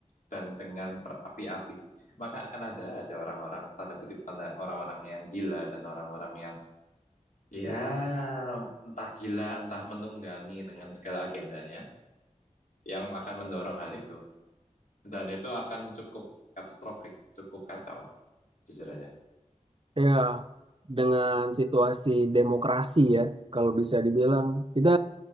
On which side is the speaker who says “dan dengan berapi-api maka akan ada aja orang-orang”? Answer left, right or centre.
Left